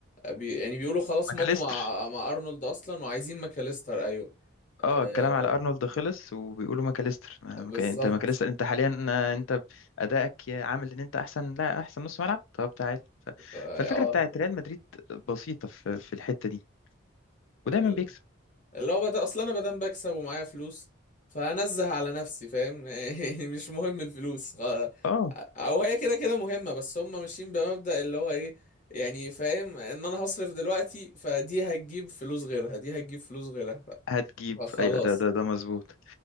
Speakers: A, on the left; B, on the left.
A: بي يعني بيقولوا خلاص
B: ماكاليستر
A: مضوا مع مع ارنولد اصلا وعايزين ماكاليستر ايوه
B: اه
A: آه
B: الكلام على ارنولد خلص وبيقولوا ماكاليستر ما-
A: بالظبط
B: مك... انت ماكاليستر انت حاليا آه، انت ادائك يا- عامل ان انت احسن لا احسن نص ملعب طب تعال ف...
A: اه
B: فالفكرة
A: آه.
B: بتاعت ريال مدريد بسيطة في في الحتة دي ودايما
A: ال-
B: بيكسب
A: اللي هو بدأ اصلا انا بدام بكسب ومعايا فلوس فانزه على نفسي فاهم <laughs> يعني مش مهم الفلوس خ-
B: اه
A: او هي كده كده مهمة بس هم ماشيين بمبدأ اللي هو ايه يعني فاهم ان انا هصرف دلوقتي فدي هتجيب فلوس غيرها دي هتجيب فلوس غيرها ف-
B: هتجيب
A: فخلاص
B: ايوه ده ده ده مظبوط